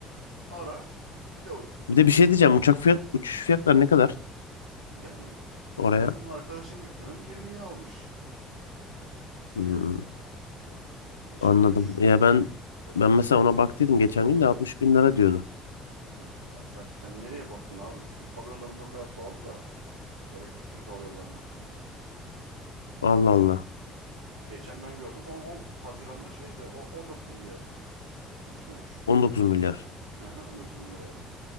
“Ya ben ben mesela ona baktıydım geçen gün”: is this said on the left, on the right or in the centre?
Left